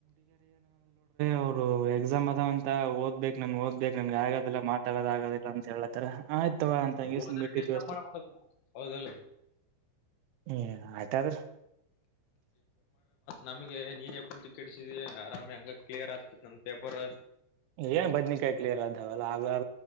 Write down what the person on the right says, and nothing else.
ಅವರು ಎಕ್ಸಾಮ್ ಅದಾವಂತ ಓದ್ಬೇಕು ನನ್ಗೆ ಓದ್ಬೇಕಕ್ ನನ್ಗೆ ಆಗೋದಿಲ್ಲ ಮಾತಾಡೋದ ಆಗದಿಲ್ಲ ಅಂತ ಹೇಳತ್ತಾರೆ ಆಯ್ತು ತವಾ ಅಂತಂಗ
ಸು್ ಬಿಟ್ಟತ್ತುವಿ
ಅಷ್ಟೇ
ಹ್ಮ್ ಆಯ್ತಾದ್ರೆ
ಏನ್ ಬದ್ನಕಾಯಿ ಕ್ಲಿಯರ್ ಆದಾವಲ್ಲ ಆಗ್ ಆ